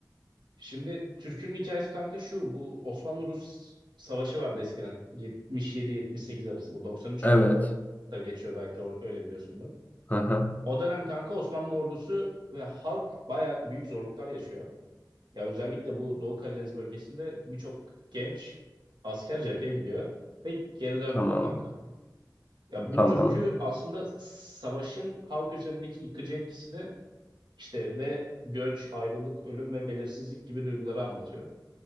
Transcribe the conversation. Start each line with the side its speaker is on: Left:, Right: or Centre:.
Right: Şimdi Türkünün hikayesi kanka şu. Bu Osmanlı-Rus savaşı vardı eskiden. 77-78 arası. Bu 93
Left: Evet.
Right: harbi olarak da geçiyor belki or- öyle biliyorsundur.
Left: Aha,
Right: O dönem kanka Osmanlı ordusu ve halk baya büyük zorluklar yaşıyor. Ya özellikle bu Doğu Karadeniz bölgesinde birçok genç asker cepheye gidiyor ve geri dönmüyor
Left: Tamam.
Right: kanka. Ya bu
Left: Tamam.
Right: türkü aslında savaşın halk üzerindeki yıkıcı etkisini işte ve göç, ayrılık, ölüm ve belirsizlik gibi duyguları anlatıyor.